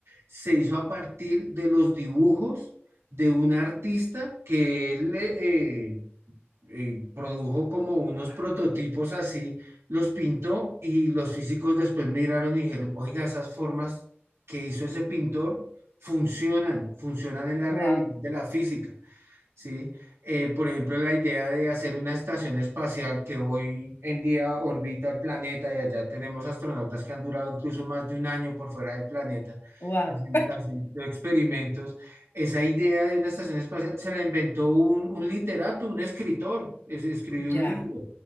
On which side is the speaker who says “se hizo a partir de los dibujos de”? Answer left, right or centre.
Right